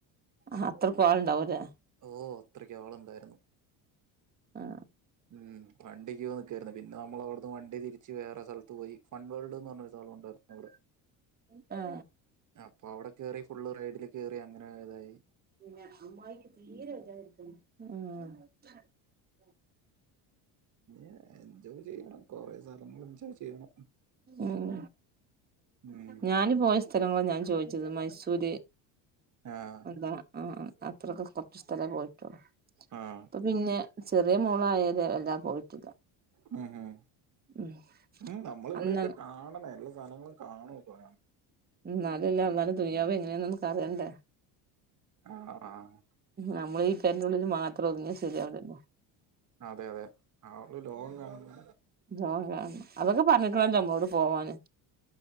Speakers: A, on the right; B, on the right.
A: ആഹ് അത്രയ്ക്കു ആളുണ്ടാവൂല്ലേ.
B: ഓ അത്രക്ക് ആളുണ്ടായിരുന്നു
A: ആ
B: ഉം വണ്ടിക്ക് പോ നിൽക്കായിരുന്നു. പിന്നെ നമ്മള അവിടുന്ന് വണ്ടി തിരിച്ച് വേറെ സ്ഥലത്ത് പോയി ഫൺ വേൾഡ്ന്ന് പറഞ്ഞൊരു സ്ഥലം ഉണ്ടായിരുന്നു അവിടെ
A: <inaudible> ആ
B: അപ്പൊ അവിടെ കേറി ഫുൾ റൈഡില് കേറി അങ്ങനെ ഇതായി
A: ആഹ് <inaudible>
B: ഏഹ് എൻജോയ് ചെയ്യണം. കൊറെ സ്ഥലങ്ങൾ എൻജോയ് ചെയ്യണം.
A: ഉം
B: ഉം
A: ഞാന് പോയ സ്ഥലങ്ങൾ ഞാൻ ചോയിച്ചത് മൈസൂര്
B: ആഹ്
A: എന്താ ആ അത്രക്ക് കുറച്ച് സ്ഥലം പോയിട്ടുള്ളൂ.
B: ആഹ്
A: അപ്പൊ പിന്നെ ചെറിയ മോള് ആയേരെ എല്ലാം പോയിട്ടില്ല
B: ഉം ഹം
A: ഉം
B: ഉ നമ്മൾ ഇവിടൊക്കെ
A: അന്ന്
B: കാണണേ എല്ലാ സ്ഥലങ്ങള് കാണൂ പോയൊ
A: എന്നാലല്ലേ അള്ളാന്റെ ദുനിയാവ് എങ്ങനെയാന്ന് നമുക്ക് അറിയണ്ടേ.
B: ആഹ് ആഹ്
A: നമ്മള് ഈ പരൻ്റുള്ളിൽ മാത്രം ഒതുങ്ങി ശരിയാവുല്ല
B: അതെ അതെ ആള് ലോകം കാണണം
A: ലോകം കാണണം അതൊക്കെ പറഞ്ഞിക്കണല്ലോ നമ്മളോട് പോവാന്